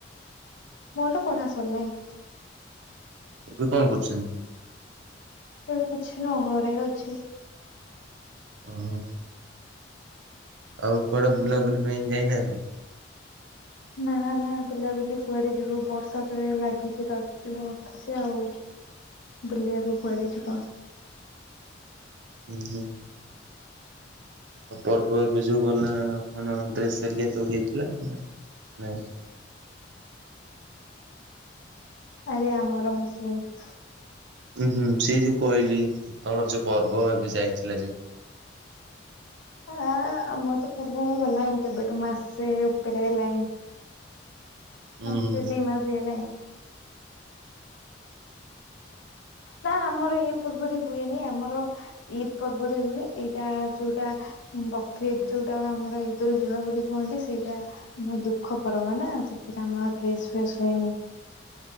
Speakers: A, on the left (about 75°); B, on the right (about 70°).
A: ମୋର ପଢା ସରିଲାଣି।
B: ଏବେ କଣ କରୁଛନ୍ତି
A: ଏବେ କିଛି ନ ଘରେ ଅଛି
B: ଓ ହୋ। ଆଉ କୁଆଡେ ବୁଲାବୁଲି ପାଇଁ ଯାଇନାହାନ୍ତି
A: ନା ନା ବୁଲା ବୁଲି କୁଆଡ ଯିବୁ ବର୍ଷା ତ ଲାଗିଛି ରହିିଲ ସେ ଆଉ ବୁଲିବାକୁ କୁଆଡେ ଯିବ
B: ହୁଁ ହୁଁ ପର୍ବ ଏବେ ଯୋଉ ଗଲା କଣ ଡ୍ରେସ ହେରିକା ସବୁ ହେଇଥିଲା ନାଇଁ
A: ଆରେ ଆମର ମୁସଲିମ
B: ହୁଁ ହୁଁ ସେ ଯୋଉ କହିଲି ତମର ଯୋଉ ପର୍ବ ଏବେ ଯାଇଥିଲା ଯୋଉ
A: ଆ ଆମର ତ ପର୍ବ ଗଲାଣିି କେବେଠୁ ମାସେ ଉପରେ ହେଲାଣିି
B: ହୁଁ
A: ମାସେ
B: ହୁଁ।
A: ଦି ମାସ ହେଇଲାଣି ନା ଆମର ଇଏ ପୂର୍ବରେ ହୁଏନି ଆମର ଇଦ୍ ପର୍ବରେ ହୁଏ ଏଇଟା ଯୋଉଟା ବକୀ ଯୋଉଟା ଆମର ଇଦ୍ ଉଲ୍ ଜୁହା ବୋଲି କୁହନ୍ତି ସେଇଟା ମୋ ଦୁଃଖ ପର୍ବ ନା ସେଥିରେ ଆମର ଡ୍ରେସ୍ ଫେସ୍ ହୁଏନି